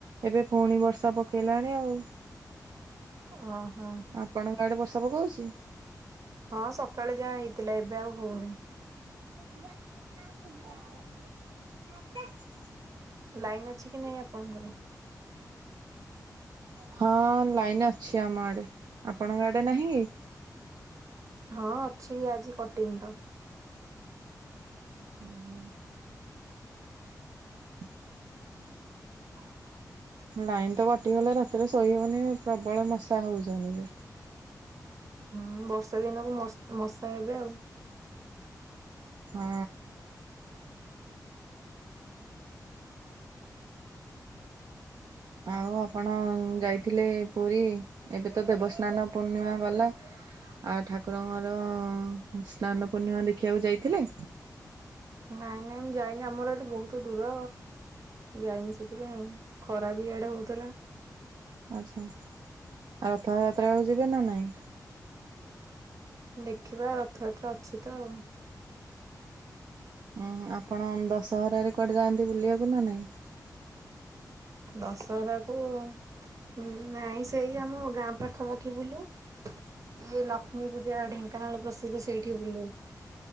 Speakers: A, on the right; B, on the right.
A: ଏବେ ପୁଣି ବର୍ଷା ପକେଇଲାଣି ଆଉ। <inaudible>
B: ଅଃ।
A: ଆପଣଙ୍କ ଆଡେ ବର୍ଷା ପକୋଉଚି?
B: ହଁ ସକାଳେ ଯାହା ହେଇଥିଲା ଏବେ ଆଉ ହୋଉନି।
A: <unintelligible>
B: ଲାଇନ୍ ଅଛି କି ନାହିଁ ଆପଣଙ୍କର?
A: ହଁ ଲାଇନ୍ ଅଛି ଆମ ଆଡେ ଆପଣଙ୍କ ଆଡେ ନାହିଁ କି?
B: ହଁ ଅଛି ଆଜି କଟିନି ତ।
A: ଉଁହୁଁ। <inaudible>
B: <inaudible>
A: ଲାଇନ୍ ତ କଟିଗଲେ ରାତିରେ ଶୋଇହୋଉନି ପ୍ରବଳ ମଶା ହୋଉଚନ୍ତି ଯେ।
B: ହଁ ବର୍ଷା ଦିନକୁ ମସ୍ ମଶା ହେବେ ଆଉ।
A: ହଁ। ଆଉ ଆପଣ ଯାଇଥିଲେ ପୁରୀ ଏବେ ତ ଦେବସ୍ନାନ ପୂର୍ଣ୍ଣିମା ଗଲା। ଆଉ ଠାକୁରଙ୍କର ସ୍ନାନ ପୂର୍ଣ୍ଣିମା ଦେଖିବାକୁ ଯାଇଥିଲେ?
B: ନାଇଁ ନାଇଁ ମୁଁ ଯାଇନି ଆମର ଏଠୁ ବୋହୁତୁ ଦୂର। ଯାଇନି ସେଥିପାଇଁ ଆଉ ଖରା ବି ଇଆଡେ ହୋଉଥୁଲା।
A: ଆଚ୍ଛା ଆଉ ରଥଯାତ୍ରାକୁ ଯିବେ ନା ନାଇଁ?
B: ଦେଖିବା ରଥଯାତ୍ରା ଅଛି ତ ଆଉ।
A: ଉଁ ଆପଣ ଦଶହରାରେ କୁଆଡେ ଯାଆନ୍ତି ବୁଲିବାକୁ ନା ନାଇଁ?
B: ଦଶହରାକୁ ହୁଁ ନାଇଁ ସେଇ ଆମ ଗାଁ ପାଖାପାଖି ବୁଲୁ। ଇଏ ଲକ୍ଷ୍ମୀ ପୂଜା ଢେଙ୍କାନାଳ ପ୍ରସିଦ୍ଧ ସେଇଠି ବୁଲୁ।